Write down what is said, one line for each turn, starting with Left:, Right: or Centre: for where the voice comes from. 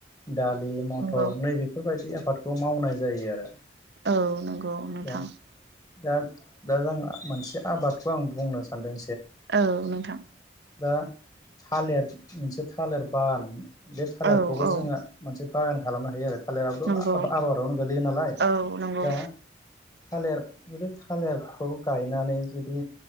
Left: दालि मथर
Right: नंगौ
Left: नैबेफोरबायदि आफाद खौ मावनाय जायो आरो।
Right: औ नंगौ नोंथां
Left: दा दा दा जों मोनसे आबादखौ आं बुंनो सान्दों
Right: औ नोंथां।
Left: दा थालिर मोनसे थालिर बान बे थालिरखौबो
Right: औ औ
Left: जोंङो मोनसे बागान खालामनो हायो आरो थालिराबोथ
Right: नंगौ
Left: आबादावनो गोलैयो नालाय
Right: औ नंगौ
Left: दा थालिर जुदि थालिरखौ गायनानै जुदि